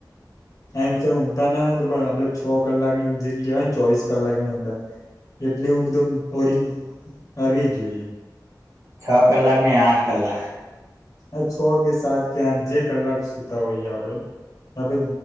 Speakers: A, on the left; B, on the right.
A: ટાઈમ સે ઊંઘતા ના હોય તો પણ આપડે છો કલાકની જે કહેવાય ને ચોવીસ કલાક ની અંદર. એટલી ઉગ એકદમ હોરિંને કરવી જોઈએ.
B: છ કલાક ને આઠ કલાક.
A: આ છ કે સાત કે આઠ જે કલાક સુતા હોઈએ આપડે. આપે